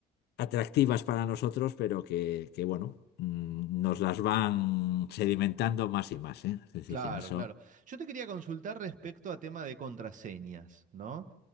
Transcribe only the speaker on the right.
Claro,
claro. Yo te quería consultar respecto a tema de contraseñas, ¿no?